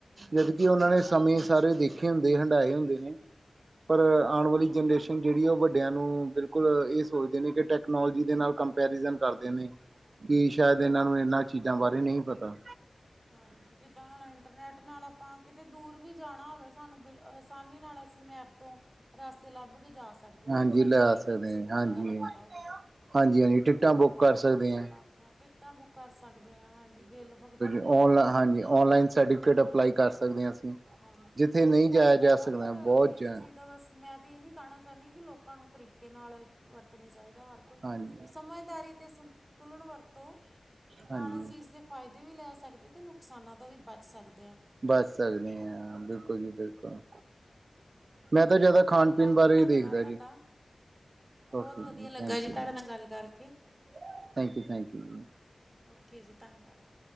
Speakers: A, on the right; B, on the right.
A: ਹਾਂਜੀ
B: ਜਦਕਿ ਉਹਨਾਂ
A: ਹਾਂਜੀ
B: ਨੇ ਸਮਯ ਸਾਰੇ ਦੇਖੇ ਹੁੰਦੇ ਹੰਢਾਏ ਹੁੰਦੇ ਨੇ ਪਰ
A: ਹਾਂਜੀ
B: ਆਉਣ
A: ਬਿਲਕੁਲ
B: ਵਾਲੀ ਜਨਰੇਸ਼ਨ
A: ਜੀ
B: ਜਿਹੜੀ ਐ ਉਹ ਵੱਡੀ ਵੱਡਿਆਂ ਨੂੰ ਬਿਲਕੁਲ ਇਹ ਸੋਚਦੇ ਨੇ ਕਿ ਟੈਕਨੋਲੋਜੀ ਦੇ ਨਾਲ ਕੰਪੈਰੀਜ਼ਨ ਕਰਦੇ ਨੇ ਕਿ ਸ਼ਾਇਦ
A: ਹਾਂਜੀ
B: ਇਹਨਾਂ ਨੂੰ ਇਹਨਾਂ ਚੀਜ਼ਾਂ ਬਾਰੇ ਨਹੀਂ ਪਤਾ।
A: ਹਾਂਜੀ, ਜਿੱਦਾਂ ਹੁਣ ਇੰਟਰਨੈਟ ਨਾਲ ਆਪਾਂ ਕਿਤੇ ਦੂਰ ਵੀ ਜਾਣਾ ਹੋਵੇ ਸਾਨੂੰ ਬਿਲ ਆਸਾਨੀ ਨਾਲ ਅਸੀਂ ਮੈਪ ਤੋਂ ਰਸਤੇ ਲੱਭ ਕੇ ਜਾ ਸਕ ਸਕਦੇ
B: ਹਾਂਜੀ
A: ਆ, ਅਗਰ ਸਾਨੂੰ
B: ਲੈ
A: ਨਹੀਂ
B: ਸਕਦੇ
A: ਵੀ ਕਿਸੇ
B: ਨੇ ਹਾਂਜੀ
A: ਜਗ੍ਹਾ ਦਾ ਪਤਾ ਹੋਵੇ ਤੇ ‌।
B: ਹਾਂਜੀ ਹਾਂਜੀ ਟਿਕਟਾਂ
A: ਬਹੁਤ
B: ਬੁੱਕ
A: ਫਾਇਦਾ
B: ਕਰ ਸਕਦੇ
A: ਬੜਾ
B: ਹਾਂ
A: ਵਾ ਟਿਕਟਾਂ ਬੁੱਕ ਕਰ ਸਕਦੇ ਹਾਂ ਹਾਂਜੀ, ਬਿੱਲ ਭ
B: ਉਣ ਹਾਂਜੀ ਉਣਲਾਈਨ ਸਰਟੀਫਿਕੇਟ ਅਪਲਾਈ ਸਕਦੇ ਹਾਂ ਅਸੀਂ।
A: ਹਾਂਜੀ
B: ਜਿੱਥੇ
A: ਬਹੁਤ
B: ਨਹੀਂ
A: ਫਾਇਦਾ
B: ਜਾਇਆ ਜਾ
A: ਵਾ,
B: ਸਕਦਾ
A: ਪਰ
B: ਬਹੁਤ
A: ਇਸ
B: ਜਾ
A: ਚੀਜ਼ ਤਾਂ ਬਸ ਮੈਂ ਤੇ ਇਹੀ ਕਹਿਣਾ ਚਾਹੁੰਦੀ ਹਾਂ, ਕੀ ਲੋਕਾਂ ਨੂੰ ਤਰੀਕੇ ਨਾਲ ਵਰਤਣੀ ਚਾਹੀਦਾ ਹਰ ਕੋਈ
B: ਹਾਂਜੀ
A: ਸਮਝਦਾਰੀ ਤੇ ਸੰਤੁਲਨ ਵਰਤੋ, ਨਾਲ
B: ਹਾਂਜੀ
A: ਅਸੀਂ ਇਸਦੇ ਫਾਇਦੇ ਵੀ ਲੈ ਸਕਦੇ ਤੇ, ਨੁਕਸਾਨਾਂ ਤੋਂ ਵੀ ਬਚ ਸਕਦੇ ਆ।
B: ਬਚ ਸਕਦੇ ਆ, ਬਿਲਕੁਲ ਜੀ ਬਿਲਕੁਲ। ਮੈਂ ਤਾਂ
A: ਚਲੋ
B: ਜ਼ਿਆਦਾ
A: ਠੀਕ
B: ਖਾਣ ਪੀਣ
A: ਆ ਜੀ
B: ਬਾਰੇ
A: ਧੰਨਵਾਦ
B: ਹੀ ਦੇਖਦਾ
A: ਤੁਹਾਡਾ
B: ਜੀ। ਓਕੇ
A: ਬਹੁਤ ਵਧੀਆ
B: ਜੀ,
A: ਲੱਗਾ
B: ਥੈਂਕ ਯੂ-ਥੈਂਕ
A: ਤੁਹਾਡੇ ਨਾਲ ਗੱਲ ਕਰਕੇ
B: ਯੂ-ਥੈਂਕ ਯੂ ਜੀ।
A: ਓਕੇ ਜੀ ਧੰਨਵਾਦ।